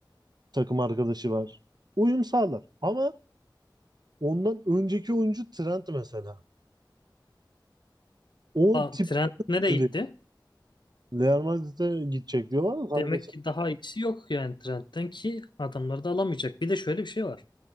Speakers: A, on the right; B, on the left.
A: takım arkadaşı var. Uyum sağlar. Ama ondan önceki oyuncu Trent mesela. O
B: Aa,
A: tip
B: Trent
A: oyuncu
B: nereye gitti?
A: değil. Real Madrid'e gidecek diyorlar ama tam
B: Demek
A: kesin
B: ki daha iyisi yok yani Trent'ten ki adamları da alamayacak. Bir de şöyle bir şey var.